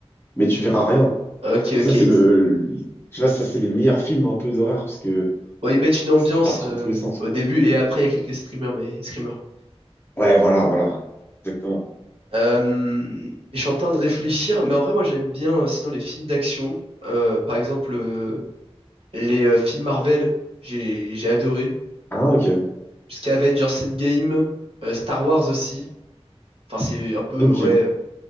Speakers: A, on the left; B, on the right.
A: mais tu verras rien.
B: Ok,
A: Et
B: ok.
A: ça, c'est
B: Ils,
A: le, le- tu vois, ça, c'est les meilleurs films un peu d'horreur parce que
B: ouais, ils mettent une ambiance
A: ça peut partir
B: euh,
A: dans tous les sens,
B: au
A: quoi.
B: début et après, il y a quelques streamers, mais, screamers.
A: Ouais, voilà, voilà. Exactement.
B: Euh, mais je suis en train de réfléchir, mais en vrai, moi j'aime bien euh, sinon les films d'action. Euh, par exemple, euh, les euh, films Marvel, j'ai j'ai adoré.
A: Ah, ok.
B: Jusqu'à Avengers Endgame, euh, Star Wars aussi. Enfin, c'est un peu,
A: Ok.
B: ouais,